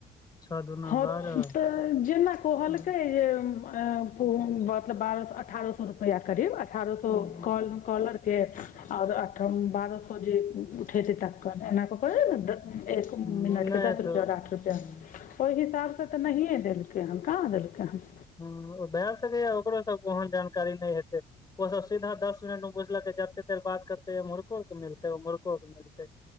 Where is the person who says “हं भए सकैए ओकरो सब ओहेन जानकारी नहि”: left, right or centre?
Left